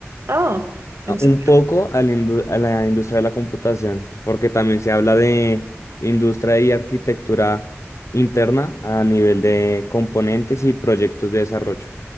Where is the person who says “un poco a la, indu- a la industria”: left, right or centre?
Left